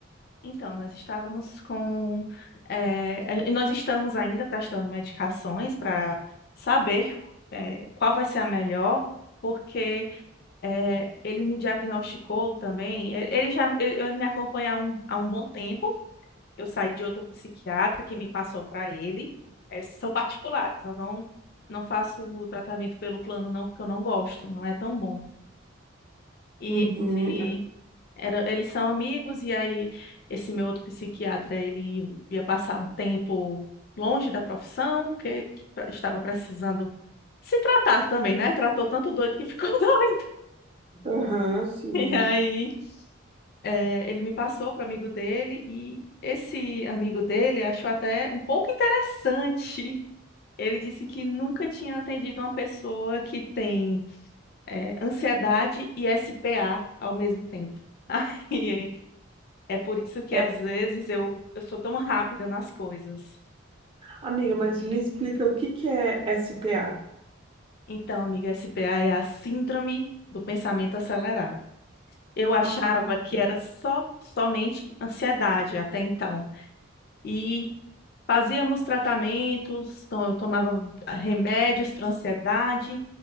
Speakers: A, on the left (about 50°); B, on the right (about 25°).
A: Então, nós estávamos com. eh, e nós estamos ainda testando medicações para saber, eh, qual vai ser a melhor, porque, eh, ele me diagnosticou também. Ele ele já ele, ele me acompanha há um, há um bom tempo. Eu saí de outro psiquiatra que me passou para ele. Eh, são particulares, eu não, não faço o tratamento pelo plano, não, porque eu não gosto, não é tão bom. E
B: Uhum.
A: esse era, eles são amigos, e aí esse meu outro psiquiatra, ele ia passar um tempo longe da profissão, porque pra- estava precisando se tratar também, né? Tratou tanto doido que ficou <laughs> doido.
B: Aham, sim.
A: E aí eh, ele me passou para amigo dele, e esse amigo dele achou até um pouco interessante. Ele disse que nunca tinha atendido uma pessoa que tem eh, ansiedade e SPA ao mesmo tempo. <laughs> Aí É por isso que
B: É,
A: às vezes eu, eu sou tão rápida nas coisas.
B: amiga, mas me explica o que que é SPA?
A: Então, amiga, SPA é a síndrome do pensamento acelerado. Eu achava
B: Ah,
A: que era só somente ansiedade até então. E fazíamos tratamentos, to- eu tomava remédios para ansiedade,